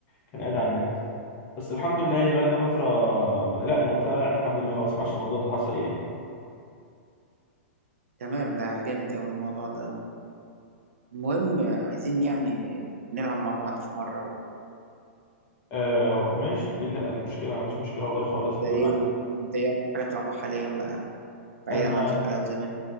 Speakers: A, on the left (about 30°); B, on the right (about 85°).
A: كان قاعد على النت بس الحمد لله يعني بقى لنا فترة لا من وقتها يعني الحمد لله خلاص ما عادش الموضوع ده حصل يعني
B: تمام ده جامد قوي الموضوع ده المهم عايزين يعني نلعب مع بعض في مرة بقى
A: آه ماشي ليه لا المشكله ما عنديش مشكله والله خالص
B: انت ايه
A: بالعكس
B: ليك- انت ايه اكتر حاجة بتلعبها حاليا بقى بعيدا
A: انا
B: عن ذكريات زمان